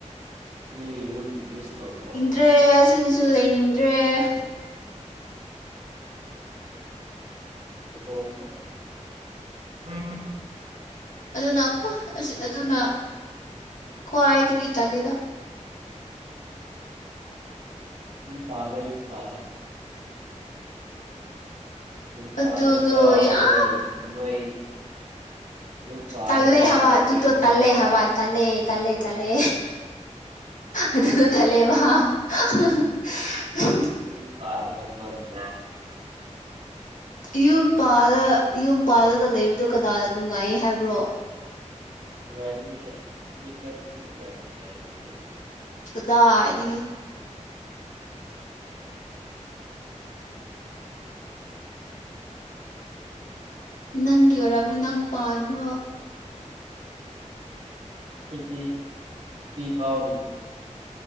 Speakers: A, on the right (about 55°); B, on the left (about 85°).
A: ꯅꯣꯏꯒꯤ ꯌꯨꯝ ꯕꯔ꯭ꯤꯁ ꯇꯧꯕ꯭ꯔꯣ
B: ꯗ꯭ꯔꯦ ꯑꯁꯤꯗꯁꯨ ꯂꯩꯅꯤꯡꯗ꯭ꯔꯦ
A: ꯑꯣ <unintelligible>
B: ꯑꯗꯨꯅꯈꯣꯏ ꯑꯁ ꯑꯗꯨꯅ ꯀꯣ ꯑꯩꯗꯒꯤ ꯇꯥꯂꯦꯗ
A: ꯌꯨꯝ ꯄꯥꯜꯂꯣ ꯄꯥꯜꯂꯣ ꯌꯨꯝ ꯄꯥꯜꯂꯥꯒꯀꯣ
B: ꯑꯗꯨꯗꯣ ꯌꯥꯝ
A: ꯅꯣꯏ ꯅꯣꯏ ꯑꯗꯨꯝ ꯄꯥꯔꯒ
B: ꯇꯜꯂꯦ ꯍꯥꯏꯕ
A: ꯅꯣꯢꯒꯤ
B: ꯑꯗꯨꯗꯣ
A: ꯍꯤꯔꯣꯒ
B: ꯇꯜꯂꯦ ꯍꯥꯏꯕ ꯇꯜꯂꯦ ꯇꯜꯂꯦ ꯇꯜꯂꯦ ꯑꯗꯨꯗꯣ ꯇꯜꯂꯦꯕ <unintelligible>
A: <unintelligible>
B: ꯌꯨꯝ ꯄꯥꯜꯂ ꯌꯨꯝ ꯄꯥꯜꯂꯒ ꯂꯩꯕꯗꯣ ꯀꯅꯥꯅ ꯅꯨꯡꯉꯥꯏꯌꯦ ꯍꯥꯏꯕ꯭ꯔꯣ
A: <unintelligible>
B: ꯀꯗꯥꯢꯗꯥꯒꯤ ꯅꯪꯒꯤ ꯑꯣꯏꯔꯝꯅꯤ ꯅꯪ ꯄꯥꯟꯈ꯭ꯔꯣ
A: <unintelligible>